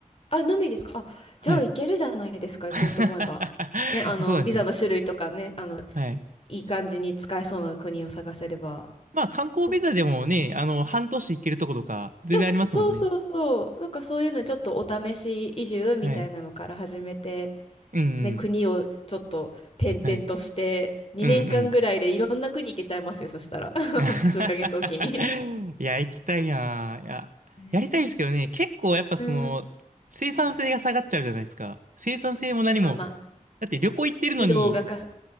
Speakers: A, on the left; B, on the right.
A: あ、のみですかあ、
B: はい。
A: じゃあ行けるじゃないですか、行こうと思えば。
B: <laughs>
A: ね、あの、
B: そうですね。
A: ビザの種類とかね、あの、
B: はい。
A: いい感じに使えそうな国を探せれば。
B: まあ観光ビザでもね、
A: そっか。
B: あの、半年行けるとことか、全然ありますもんね。
A: いや、そうそうそう。なんかそういうのちょっとお試し移住みたいなのから始めて、
B: はい。うんうん。
A: ね、国をちょっと転々として、
B: はい。
A: 2年間ぐらいでいろんな国行けちゃいますよ、
B: うんうん。
A: そしたら。<laughs>
B: <laughs>
A: ほんと数ヶ月おきに。
B: いや、行きたいなぁ。いや、
A: ね
B: やりたいんですけどね、結構やっぱその、
A: うん。
B: 生産性が下がっちゃうじゃないですか。生産性も何も。
A: あ、まあ、
B: だって旅行行ってるのに、
A: 移動がかさ、